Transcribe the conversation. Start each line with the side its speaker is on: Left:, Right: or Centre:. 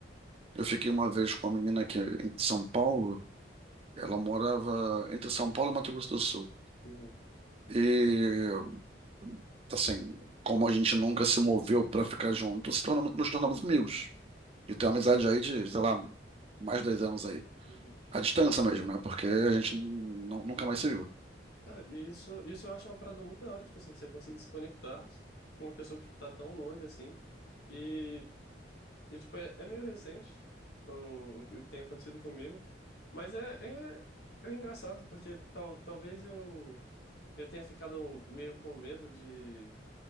Right: eu fiquei uma vez com uma menina que é em São Paulo, ela morava entre São Paulo e Mato Grosso do Sul.
Left: uhum,
Right: E assim, como a gente nunca se moveu pra ficar junto, se tornamos, nos tornamos amigos. E tem uma amizade aí de, sei lá, mais de 10 anos aí.
Left: uhum.
Right: À distância mesmo, né? Porque a gente nu- nunca mais se viu.
Left: Cara, e isso, isso eu acho uma parada muito da hora, tipo assim, você conseguir se conectar com uma pessoa que tipo, tá tão longe assim. E, e tipo, é, é meio recente o, o que o que tem acontecido comigo. Mas é, é, é engraçado, porque tal, talvez eu, eu tenha ficado meio com medo de,